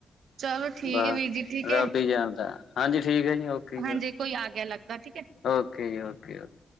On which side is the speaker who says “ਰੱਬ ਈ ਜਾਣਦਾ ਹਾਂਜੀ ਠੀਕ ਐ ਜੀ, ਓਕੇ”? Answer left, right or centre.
Left